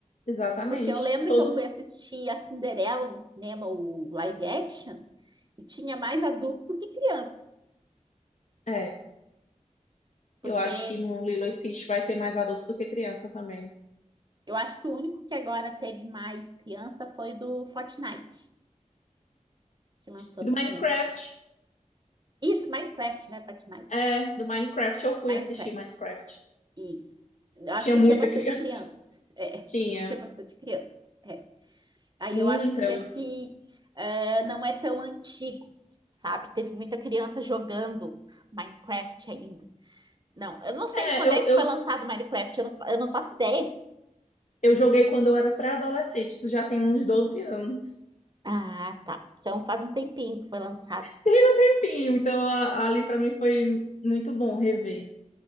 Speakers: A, on the left; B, on the right.
A: exatamente.
B: Porque eu lembro
A: Todo.
B: que eu fui assistir a Cinderela no cinema, o live action, e tinha mais adultos do que criança.
A: É. Eu
B: Porque
A: acho que no Lilo e Stitch vai ter mais adulto do que criança também.
B: eu acho que o único que agora teve mais criança foi do Fortnite, que lançou
A: E
B: no
A: do
B: cinema.
A: Minecraft,
B: Isso, Minecraft, né? Fortnite.
A: é, do Minecraft eu fui
B: Minecraft.
A: assistir Minecraft.
B: Isso. Eu acho
A: Tinha
B: que
A: muita
B: tinha bastante
A: <laughs> criança.
B: criança. É,
A: Tinha.
B: <laughs> isso tinha bastante criança. É. Aí
A: Muita.
B: eu acho
A: Elas...
B: que esse eh, não é tão antigo, sabe? Teve muita criança jogando Minecraft ainda. Não, eu não sei
A: É,
B: quando
A: eu,
B: é que
A: eu,
B: foi lançado Minecraft, eu não, fa- eu não faço ideia.
A: eu joguei quando eu era pré-adolescente, isso já tem uns 12 anos.
B: Ah, tá. Então faz um tempinho que foi lançado.
A: Tem um tempinho, então a- ali pra mim foi muito bom rever.